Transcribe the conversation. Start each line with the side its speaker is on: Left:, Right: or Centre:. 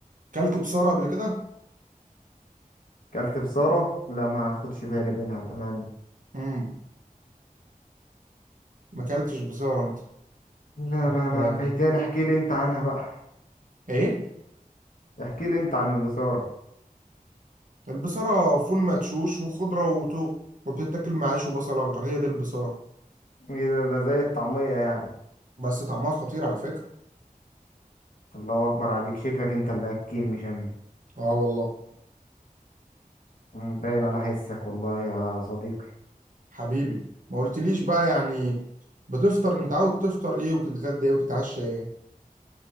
Right: اكلت بصارة قبل كده؟
Left: كلت بصارة لا ما اخدش بالي منها بأمان
Right: امم ما اكلتش بصارة انت
Left: لا
Right: طب،
Left: لا لا
Right: آه،
Left: فايتاني احكي لي انت عنها بقى
Right: ايه؟
Left: احكي لي انت عن البصارة
Right: البصارة فول مدشوش وخضرة وتو وبتتاكل مع عيش وبصل اخضر هي دي البصارة
Left: ايه ده ده زي الطعمية يعني
Right: بس طعمها خطير على فكرة
Left: الله اكبر عليك شكلك انت اللي اكيل مش انا
Right: اه والله
Left: باين على حسك والله يا صديقي
Right: حبيبي ما قلتليش بقى يعني بتفطر متعود تفطر ايه وتتغدى ايه وتتعشى ايه